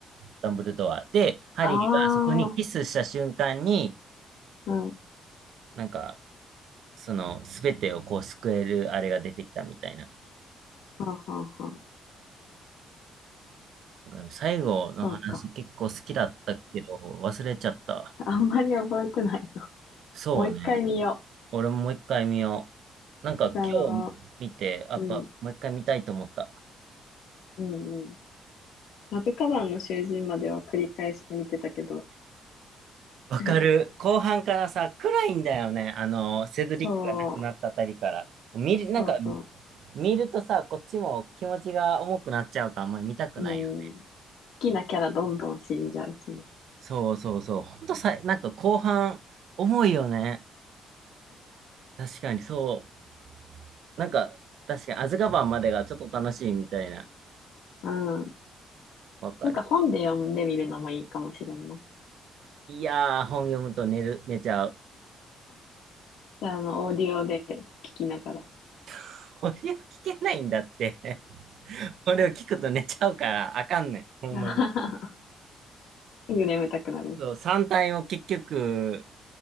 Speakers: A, on the right (about 70°); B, on the left (about 75°).
A: ダンブルドア。で、ハリーがそこにキスした瞬間に、
B: ああ、うん、はん
A: なんか、その、すべてをこう救えるあれが出てきたみたいな。
B: はんはん。
A: なんかでも最後の話結構好きだったけど、
B: そうか。
A: 忘れちゃった。
B: あんまり覚えてない。
A: そうね。
B: もう一回見よ
A: 俺ももう一回見よう。なんか今日見て、
B: う。あの、
A: やっぱもう一回見たいと思った。
B: うん、うん、うん。マズカバンの囚人までは繰り返し見てたけど、
A: わかる。
B: <laughs>
A: 後半からさ、暗いんだよね。あの、セドリックが亡くなったあたりから。
B: そう、
A: 見る、なんか、
B: そうそ
A: 見るとさ、こっちも気持ちが重くなっちゃうから、あんまり見たくないよ。
B: う、うん。好きなキャラどんどん死んじゃうしな。
A: そうそうそう。ほんとさ、なんか後半、重いよね。確かにそう。なんか、確かに、アズカバンまでがちょっと楽しいみたいな。
B: うん。
A: わかるわ。
B: なんか本で読んでみるのもいいかもしれんな。
A: いやー、本読むと寝る、寝ちゃう。
B: じゃあ、あの、オーディオで聞きながら。
A: <laughs> これを聞けないんだって。<laughs> これを聞くと寝ちゃうから、あかんねん。ほんまに。
B: <laughs> すぐ眠たくなる。
A: そう、3体を結局、